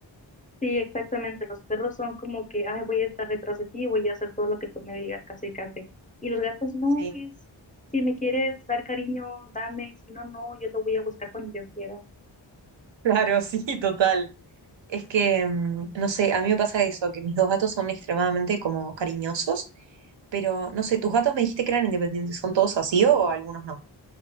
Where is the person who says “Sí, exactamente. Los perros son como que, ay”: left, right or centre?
Left